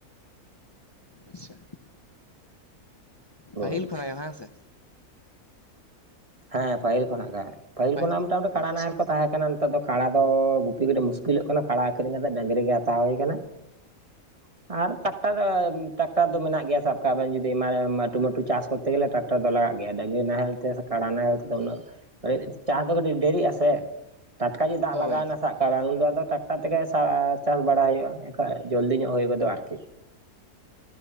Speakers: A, on the left; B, on the right.
A: ᱟᱪᱪᱷᱟ,
B: ᱵᱩᱡᱽ
A: ᱯᱟᱹᱦᱤᱞ ᱠᱷᱚᱱᱟᱜ ᱜᱮ ᱵᱟᱝ ᱥᱮ!
B: ᱦᱮᱸ ᱯᱟᱹᱦᱤᱞ ᱠᱷᱚᱱᱟᱜ ᱜᱮ, ᱯᱟᱹᱦᱤᱞ
A: ᱵᱟᱝ
B: ᱠᱷᱚᱱᱟᱜ
A: ᱥᱮ
B: ᱢᱚᱴᱟᱢᱩᱴᱤ ᱠᱟᱲᱟ
A: ᱟᱪᱪᱷᱟ
B: ᱱᱟᱦᱮᱞ ᱠᱚ ᱛᱟᱦᱮᱸ ᱠᱟᱱᱟ ᱾ ᱱᱮᱛᱟᱨ ᱫᱚ ᱠᱟᱲᱟ ᱫᱚ ᱜᱩᱯᱤ ᱠᱟᱹᱴᱤᱡ ᱢᱩᱥᱠᱤᱞᱚᱜ ᱠᱟᱱᱟ ᱠᱟᱲᱟ ᱟᱹᱠᱷᱨᱤᱧ ᱠᱟᱛᱮᱫ ᱰᱟᱹᱝᱨᱤ ᱜᱮ ᱦᱟᱛᱟᱣ ᱦᱩᱭ ᱠᱟᱱᱟ ᱾ ᱟᱨ ᱴᱨᱟᱠᱴᱟᱨ ᱴᱨᱟᱠᱴᱟᱨ ᱫᱚ ᱢᱮᱱᱟᱜ ᱜᱮᱭᱟ ᱥᱟᱵ ᱠᱟᱜ ᱵᱮᱱ ᱡᱩᱫᱤ ᱮᱢᱟ ᱟᱴᱩᱢᱟᱴᱩ ᱪᱟᱥ ᱠᱚᱨᱛᱮ ᱜᱮᱞᱮ ᱴᱟᱠ ᱴᱟᱨ ᱫᱚ ᱞᱟᱜᱟᱜ ᱜᱮᱭᱟ ᱰᱟᱹᱝᱨᱤ ᱱᱟᱦᱮᱞ ᱛᱮ ᱠᱟᱲᱟ ᱱᱟᱦᱮᱞ ᱛᱮᱫᱚ ᱩᱱᱟᱹᱜ ᱪᱟᱥ ᱫᱚ ᱠᱟᱹᱴᱤᱡ ᱰᱮᱨᱤᱜᱼᱟ ᱥᱮ ᱴᱟᱴᱠᱟ ᱡᱩᱫᱤ ᱫᱟᱜ
A: ᱦᱳᱭ
B: ᱞᱟᱜᱟᱣᱮᱱᱟ ᱥᱟᱠ <unintelligible> ᱩᱱ ᱫᱚ ᱟᱫᱚ ᱴᱟᱠᱴᱟᱨ ᱛᱮᱜᱮ ᱥᱟ ᱪᱟᱥ ᱵᱟᱲᱟ ᱦᱩᱭᱩᱜᱼᱟ ᱮᱠᱟ ᱡᱚᱞᱫᱤ ᱧᱚᱜ ᱦᱩᱭ ᱜᱚᱫᱚᱜᱼᱟ ᱟᱨᱠᱤ ᱾